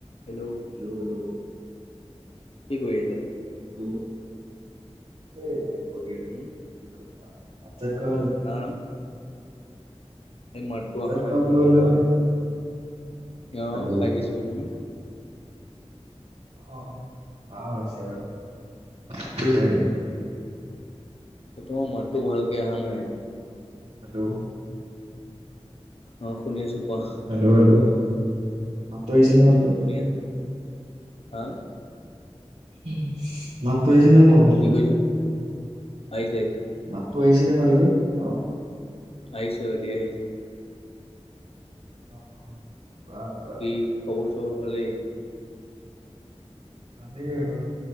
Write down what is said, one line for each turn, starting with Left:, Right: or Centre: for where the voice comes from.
Left: Hello.
Right: Hello hello.
Left: কি কৰি আছা?
Right: উম এই এনেই পঢ়ি আছো।
Left: উম
Right: কি কবা ভাত চাত খালা নাই?
Left: হা হা। এই মাতটো
Right: ভাত চাত
Left: অহা
Right: খোৱা
Left: নাই
Right: বুলি
Left: ভালকে
Right: হ'লে
Left: কোৱা।
Right: নাই
Left: তেওঁ
Right: হেল্ল'
Left: খাই দিছোঁ তুমি
Right: অ অ অ হৈছে কাঁহ হৈছে আৰু কৈ যা এনে
Left: সেই তোমাৰ মাততো ভালকে অহা নাই।
Right: হেল্ল'।
Left: অ শুনি আছোঁ কোৱা।
Right: হেল্ল' হেল্ল' মাতটো আহিছে
Left: উম
Right: নে ভালকৈ।
Left: শুনি আছো হা।
Right: উ মাতটো আহিছে নে ন। ভালকৈ
Left: কি কৈছা আহিছে আহিছে।
Right: মাতটো আহিছে নে ভাল কৈ অ।
Left: আহিছোঁ দি আহিছোঁ।
Right: অ অ কোৱা ক।
Left: কি খবৰ চবৰ ভালেই।
Right: ভালেই আৰু